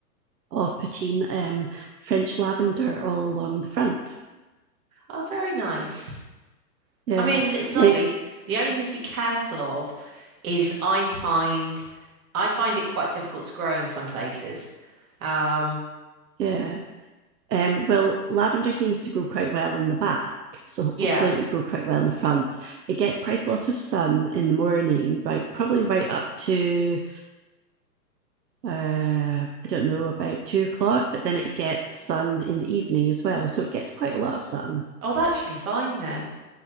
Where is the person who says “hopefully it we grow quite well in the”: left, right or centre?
Right